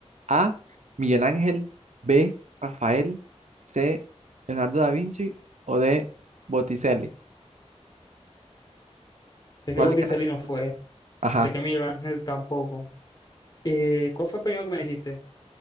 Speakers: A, on the right (about 80°); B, on the left (about 35°).
A: A. Miguel Ángel, B. Rafael, C. Leonardo da Vinci o D. Botticelli.
B: Sé
A: ¿Cuál
B: que Botticelli
A: crees que
B: no fue.
A: tú? Ajá.
B: Sé que Miguel Ángel tampoco. Eh, ¿cuál fue el primero que me dijiste?